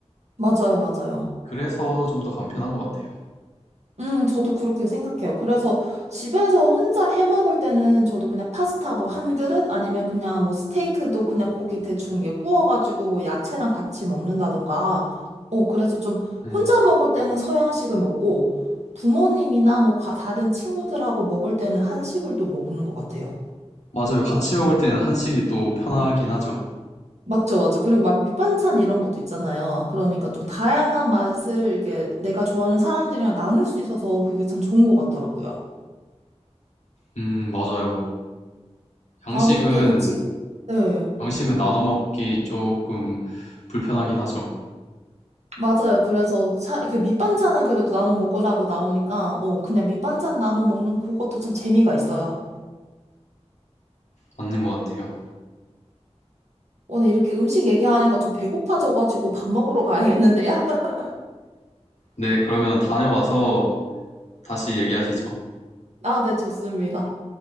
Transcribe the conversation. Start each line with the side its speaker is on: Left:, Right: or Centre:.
Right: 맞아요, 맞아요.
Left: 그래서 좀 더 간편한 것 같아요
Right: 음, 저도 그렇게 생각해요. 그래서 집에서 혼자 해 먹을 때는 저도 그냥 파스타 뭐 한 그릇 아니면 그냥 뭐 스테이크도 그냥 고기 대충 이게 구워가지고 뭐 야채랑 같이 먹는다던가. 어, 그래서 좀
Left: 네.
Right: 혼자 먹을 때는 서양식을 먹고 부모님이나 뭐 가- 다른 친구들하고 먹을 때는 한식을 또 먹는 것 같아요.
Left: 맞아요 같이 먹을 때는 한식이 또 편하긴 하죠
Right: 맞죠, 맞죠. 그리고 막 밑반찬 이런 것도 있잖아요. 그러니까 좀 다양한 맛을 이렇게 내가 좋아하는 사람들이랑 나눌 수 있어서 그게 참 좋은 것 같더라고요.
Left: 음 맞아요 양식은
Right: 아, 이렇게 음식, 네.
Left: 양식은 나눠 먹기 조금 불편하긴 하죠
Right: 맞아요. 그래서 차, 그 밑반찬은 그래도 나눠 먹으라고 나오니까, 어, 그냥 밑반찬 나눠 먹는 그것도 참 재미가 있어요.
Left: 맞는 것 같아요
Right: 오늘 이렇게 음식 얘기하니까 좀 배고파져가지고 밥 먹으러 가야겠는데요? <laughs>
Left: 네 그러면 다녀와서 다시 얘기하시죠
Right: 아, 네, 좋습니다.